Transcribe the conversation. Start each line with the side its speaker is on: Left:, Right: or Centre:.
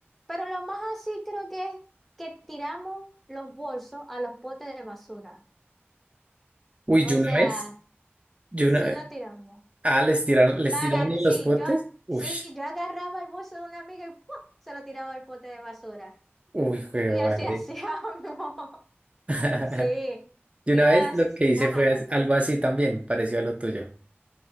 Centre: pero lo más así creo que es que tiramos los bolsos a los potes de basura.
Right: Uy,
Centre: O
Right: yo una
Centre: sea,
Right: vez, yo
Centre: sí
Right: una vez,
Centre: lo tiramos.
Right: ah, les tiraron, les
Centre: La
Right: tiraron
Centre: agarré,
Right: en
Centre: sí,
Right: los potes,
Centre: yo,
Right: uy,
Centre: sí, yo agarraba el bolso de una amiga y ¡pua! se lo tiraba al pote de basura.
Right: uy, qué
Centre: Y
Right: madre.
Centre: así <laughs> hacíamos.
Right: <laughs>
Centre: Sí,
Right: Yo
Centre: y
Right: una
Centre: vos,
Right: vez lo que hice
Centre: ajá,
Right: fue as-
Centre: contan.
Right: algo así también, parecido a lo tuyo.